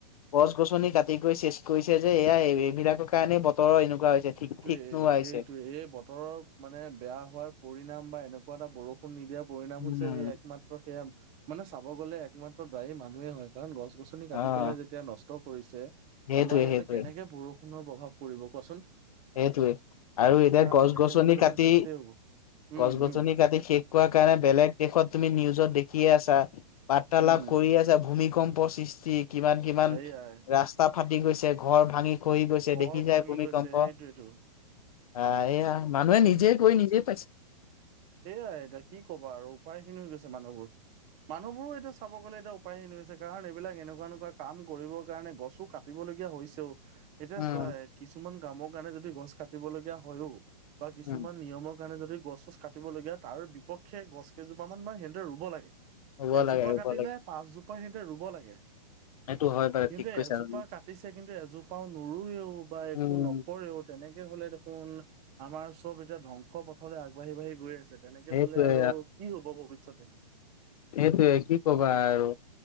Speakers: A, on the left; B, on the right.
A: গছ -গছনি কাটি গৈ চেচ কৰিছে যে এয়া এইবিলাকৰ কাৰণে বতৰৰ এনেকুৱা হৈছে ঠিক- ঠিক
B: এ
A: নোহোৱা
B: সেইটোৱে
A: হৈছে
B: এই বতৰৰ মানে বেয়া হোৱাৰ পৰিণাম বা এনেকুৱা এটা বৰষুণ নিদিয়াৰ পৰিণাম
A: উম,
B: হৈছে এই একমাত্ৰ সেয়া মানে চাব গ'লে একমাত্ৰ দায়ী মানুহে হয় কাৰণ গছ গছ - গছনি
A: অ,
B: কাটি পেলাই যেতিয়া নষ্ট কৰিছে
A: সেইটোৱে
B: আমাৰ ইয়াতে
A: সেইটোৱে
B: কেনেকে বৰষুণৰ প্ৰভাৱ পৰিব কোৱাচোন?
A: সেইটোৱে আৰু এতিয়া গছ
B: এনেকে
A: -গছনি
B: হলে দেখোন
A: কাটি
B: চেচেই হ'ব উম
A: গছ- গছনি
B: উম
A: কাটি শেষ কৰা কাৰণে বেলেগ দেশত তুমি নিউজত দে কিআছা বাৰ্তালাপ
B: উম
A: কৰি আছা ভূমিকম্প সৃষ্টি কিমান -কিমান
B: সেয়াই
A: ৰাস্তা ফাটি গৈছে ঘৰ ভাঙি খহি গৈছে
B: ঘৰ
A: দেখি
B: ভাঙি
A: যায় ভূমিকম্প
B: গৈছে সেইটোৱেতো
A: আহ, এইয়া মানুহে নিজে কৰি নিজেই পাইছে।
B: এয়াই এতিয়া কি ক'ব আৰু উপায়হীন হৈ গৈছে মানুহবোৰ। মানুহবোৰো এতিয়া চাব গ'লে এতিয়া উপায়ন হৈছে কাৰণ এইবিলাক এনেকুৱা- এনেকুৱা কাম কৰিবৰ কাৰণে গছো কাটিবলগীয়া হৈছেও এতিয়া
A: উম,
B: চোৱা কিছুমান কামৰ কাৰণে যদি গছ কাটিব লগীয়া হয়ও বা কিছুমান
A: উম,
B: নিয়মৰ কাৰণে যদি গছ- চছ কা বলীয়া তাৰ বিপক্ষে গছ কেইজোপা মান বা সীহন্তে ৰুব লাগে
A: ৰুব
B: এজোপা
A: লাগে ৰুব
B: কাটিলে
A: লাগে
B: পাঁচজোপা <unintelligible> সিহঁতে ৰুব লাগে।
A: সেইটো হয়। বাৰু
B: কিন্তু
A: ঠিক কৈছা
B: এজোপা
A: তুমি।
B: কাটিছে কিন্তু এজোপাও নোৰোয়েও বা
A: উম,
B: একো নকৰেও তেনেকে হলে দেখোন আমাৰ চব এতিয়া ধ্বংস পথৰে আগবাঢ়ি -বাঢ়ি গৈ আছে। তেনেকে
A: সেইটোৱে
B: হলে আৰু কি হব ভৱিষ্যতে
A: সেইটোয়ে কি কবা আৰু